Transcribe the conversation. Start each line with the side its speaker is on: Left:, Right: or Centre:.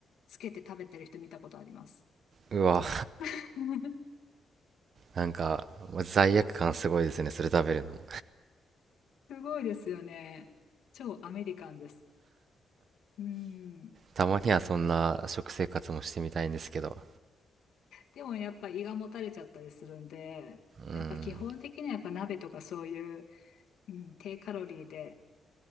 Left: つけて食べてる人見たことあります。
Right: うわ、
Left: <laughs>
Right: なんか、もう罪悪感すごいですね、それ食べるの。
Left: すごいですよね。超アメリカンです。うん。
Right: たまにはそんな食生活もしてみたいんですけど。
Left: でもやっぱ胃がもたれちゃったりするんで、
Right: うん、
Left: やっぱ基本的にはやっぱ鍋とかそういう、うん、低カロリーで、